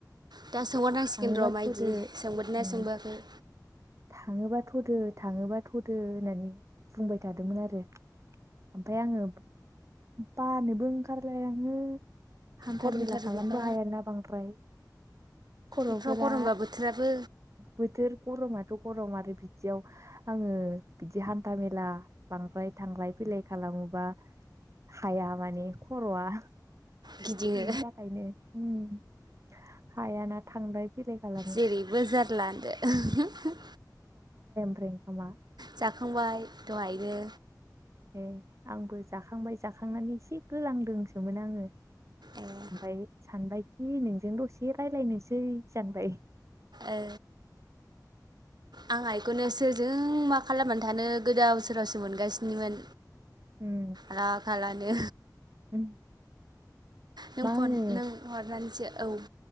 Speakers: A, on the right; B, on the right.
A: दा सोंहरनांसिगोन
B: थाङोबा
A: र' माइायदि
B: थ'दो
A: सोंबोदोंना
B: उम
A: सोंबोआखै?
B: थाङोबा थदो थाङोबा थदो होननानै बुंबाय थादोंमोन आरो ओमफ्राय आङो बानोबो ओंखारलाय आङो हान्थामेला
A: गरमथार
B: खालामबो
A: बेबा
B: हाया ना बांद्राय खर'फोरा
A: एफ्राव गरमबा बोथोराबो
B: बोथोर गर माथ' राव मारै बिदियाव आङो बिदि हान्था मेला बांद्राय थांलाय फैलाय खालामोबा हाया माने खर'आ
A: गिदिङो
B: बेनि थाखायनो उम हायाना थांलाय फैलाय खालामो
A: जेरैबो जारला होनदो
B: आमफ्राय ओंखामा
A: जाखांबाय दहायनो
B: ए आंबो जाखांबाय जाखांनानै एसे गोलांदोंसोमोन आङो ओमफाय
A: ओं
B: सानबायखि नोंजों दसे रायज्लायनोसै सानबाय
A: ए आं आइखौनो सोरजों मा खालामनानै थानो गोदाव सोरावसो मोनगासिनोमोन
B: उम
A: आला खाला नो
B: उम
A: नों
B: मा
A: फन
B: होनो
A: नों हरनानैसो औ